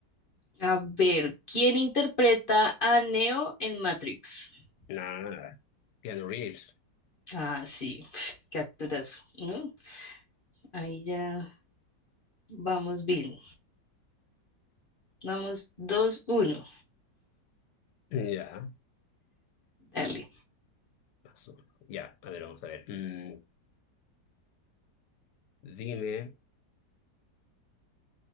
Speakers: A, on the left (about 55°); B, on the left (about 70°).
A: A ver, ¿quién interpreta a Neo en Matrix?
B: Nada, Keanu Reeves.
A: Ah, sí, pf, qué actorazo, ¿no? Ahí ya vamos bien. Vamos dos, uno,
B: Ya,
A: Dale.
B: pasó. Ya, a ver, vamos a ver. Mm, dime,